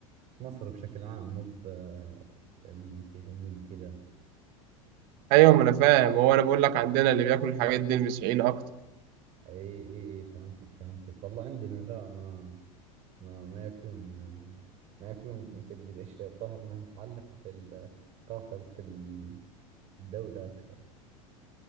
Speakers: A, on the right; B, on the right.
A: في مصر بشكل عام مو ب- المسيحيين وكذا
B: أيوة ما أنا فاهم هو أنا بقول لك عندنا اللي بياكل الحاجات دي المسيحيين أكتر
A: إي إي إي فهمتك فهمتك والله عندنا لا ما ما ما ياكلون ما ياكلون مثل ذي الأشياء الظاهر أنها متعلقة في ال- في ثقافة ال- الدولة أكثر